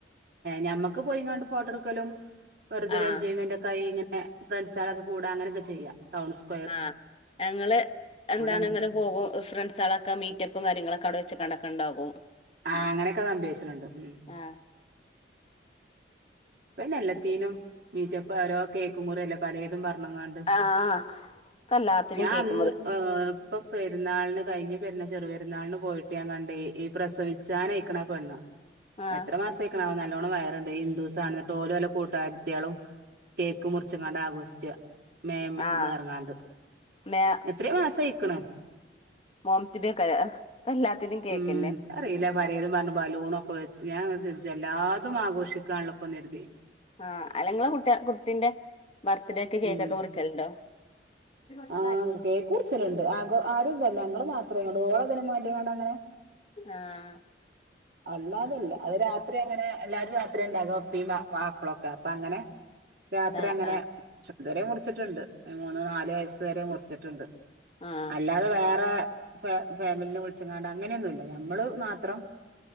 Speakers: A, on the right (about 55°); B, on the left (about 30°).
A: ഞമ്മക്ക് പോയി ഫോട്ടോ എടുക്കും വെറുതെജോയ്മെന്
B: ആ
A: ഫ്രണ്ട്സ ആളൊക്കെ കൂട അങ്ങനെയൊക്കെ ചെയ്യാം ടൗൺകൂ
B: ആഹ ഞങ്ങള് എന്താണ്
A: അങ്ങനെണ്ട്
B: ഇങ്ങനെ പോകും ഫ്രണ്ട്സ ആളക്കെ ക്കെ മീറ്റപ്പും കാര്യങ്ങളൊക്കെ അവിടെ വെ കണ്ടക്ക ഉണ്ടാകും
A: ആഹ അങ്ങനെയൊക്കെ സംഭവിച്ചണുണ്ട് ഉ
B: ആഹ്
A: പിന്നെ എല്ലാത്തീനും മീറ്റപ്പ ഓരോ കേക്കുമ മുറിയല്ല പലേതും പറഞ്ഞ
B: ആഹ് ഇപ്പ എല്ലാത്തിനും
A: ഞാൻ
B: കേക്ക്
A: അന്ന്
B: മുറി
A: ഇപ്പൊ പെുന്നാളിന് കഴിഞ്ഞ പെരുന്നാ ചെറു പെരുന്നാളിന് പോയിട്ട് ഞാൻ കണ്ടേയ് പ്രസവിച്ചാനയക്കണ പെണ്ണ്
B: ആഹ്
A: എത്ര മാസം ആക്കണാവ നല്ലോണ്ണം വയറണ്ട് ഹിന്ദ ദിവസ ആണ എന്നിട്ട്ഓര വല്ല കൂട്ടുകരുത്തിയാളും കേക്ക് മുറിച്ചുംങ്ങാടെ ആഘോഷിച്ച മേ
B: ആഹ്
A: ഇത് ഇറങ്ങാണ്ട്
B: മേ
A: എത്രയ മാസ കയിക്കണ്
B: മോംത്തിബക്ക എല്ലാത്തിനും കേക്കന്നെ
A: ഉം അറിയില്ലേ പലതും പറഞ്ഞു ബലൂണ ഒക്കെ വെച്ച് ഞാൻ എല്ലാതും ആഘോഷിക്കാള്ള ഇപ്പ എരുതി
B: ആഅല്ലെങ്കി കുട്ട കുട്ടിന്റെ ബർത്ത്ഡേ കേക്കൊക്കെ
A: ഉം
B: മുറിക്കലുണ്ടോ ഇിവസ
A: ആഹ് കേക്ക് മുറിച്ചലുണ്ട് ആഘോ ആരും ഇതല്ല ഞങ്ങള് മാത്രേ ഇങ്ങട് ഓളതിനും വേണ്ടിങ്ങാണ്ട് അങ്ങനെ
B: ആ
A: അല്ലാതല്ല അത് രാത്രി അങ്ങനെ എല്ലാരും രാത്രി ഉണ്ടാക ഒപ്പിയ വാമക്കളൊക്കെ അപ്പ അങ്ങനെ രാത്രി
B: ആഹ്
A: അങ്ങനെ ഇതുവര മുറിച്ചിട്ടുണ്ട് മൂന്ന് നാലു
B: ആഹ്
A: വയസ് വരെ മുറിച്ചിട്ടുണ്ട്
B: ആഹ്
A: അല്ലാതെ വേറെ ഫാമിലിനെ വിളിച്ചങ്ങാട് അങ്ങനെയൊന്നുമല്ല നഞമ്മള് മാത്രം